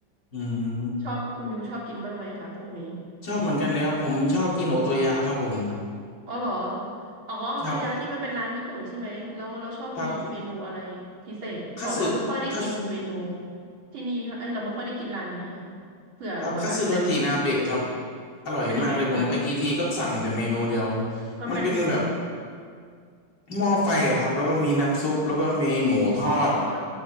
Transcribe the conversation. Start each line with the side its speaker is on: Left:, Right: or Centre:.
Left: อืม
Right: ชอบคุณยูชอบกินบ้างไหมคะพวกนี้
Left: ชอบเหมือนกันเลยครับผมชอบกินโอโตยะครับผม
Right: อ๋อเหรออ๋อเอาตัวยาที่มันเป็นร้านญี่ปุ่นใช่ไหมแล้วเราชอบมีเมนูอะไรพิเศษเพราะเราไม่ค่อยได้กินเมนู
Left: ครับครับคัตสึคัตสึ
Right: ที่นี่ค่ะเอ้ยเราไม่ค่อยได้กินร้านนี้ค่ะเผื่อวันหลังจะได้ไปกิน
Left: ครับคัตสึโทจินาเบะครับอร่อยมากเลยผมไปกี่ทีก็สั่งแต่เมนูเดียว
Right: เป็นยังไงคะ มันเป็น
Left: มันเป็นแบบหม้อไฟอะครับแล้วก็มีน้ำซุปแล้วก็มีหมูทอด
Right: อ๋อเหรอคะ